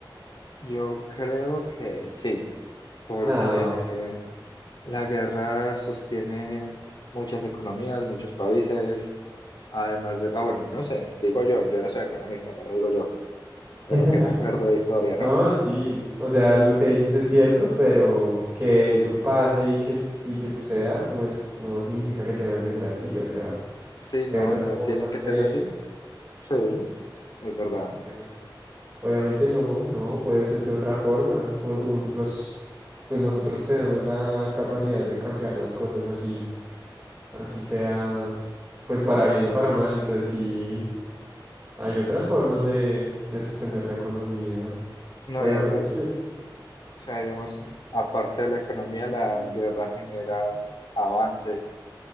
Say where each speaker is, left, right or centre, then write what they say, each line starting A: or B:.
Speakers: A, on the left; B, on the right.
A: Yo creo que sí, porque
B: No.
A: la guerra sostiene muchas economías, muchos países, además de, ah, bueno, no sé, digo yo, yo no soy economista, pero digo yo, de
B: <laughs>
A: lo que me acuerdo de historia, ¿no?
B: No, sí. O sea, lo que dices es cierto, pero que eso pase y que, s- y que suceda no es, no significa que tenga que ser así. O sea,
A: Sí, no,
B: hay otras
A: no
B: formas
A: tiene que
B: de,
A: ser así. Sí, es verdad.
B: obviamente, obviamente no, no, puede ser de otra forma. u- u- los, pues nosotros tenemos la capacidad de cambiar las cosas así. así sea, pues para bien o para mal. Entonces sí, hay otras formas de, de sostener la economía.
A: No,
B: Obviamente,
A: y además,
B: sí, es,
A: o sea, digamos,
B: es-
A: aparte de la economía, la guerra genera avances